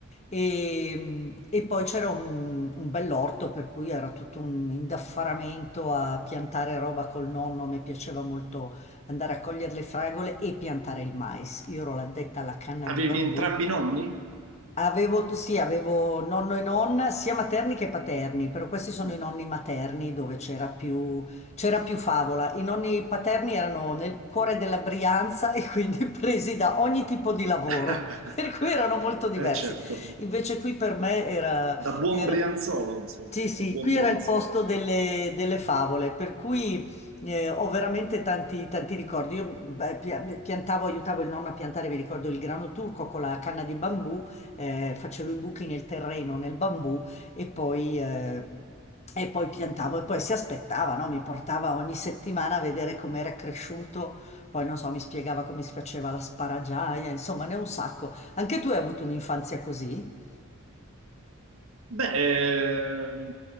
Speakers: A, on the left; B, on the right.
A: E, e poi c'era un, un bell'orto per cui era tutto un indaffaramento a piantare roba col nonno. Mi piaceva molto andare a cogliere le fragole e piantare il mais. Io ero l'addetta alla canna
B: Avevi
A: di bambù
B: entrambi i nonni?
A: Avevo, sì, avevo nonno e nonna, sia materni che paterni, però questi sono
B: Mm.
A: i nonni materni dove c'era più, c'era più favola. I nonni paterni erano nel cuore della Brianza e quindi <laughs> presi da ogni tipo di lavoro,
B: <laughs>
A: <laughs> per cui erano molto diversi.
B: Eh certo,
A: Invece qui per me era,
B: da buon
A: era-
B: brianzolo, insomma,
A: sì, sì,
B: da buon
A: qui
B: brianzolo.
A: era il posto delle, delle favole, per cui eh, ho veramente tanti, tanti ricordi. Io beh, pia- piantavo, aiutavo il nonno a piantare, mi ricordo il grano turco con la canna di bambù eh, facevo i buchi nel terreno, nel bambù e poi, eh, e poi piantavo e poi si aspettava, no? Mi portava ogni settimana a vedere com'era cresciuto, poi non so, mi spiegava come si faceva la sparagiaia, insomma, ne ho un sacco. Anche tu hai avuto un'infanzia così?
B: Beh, eh,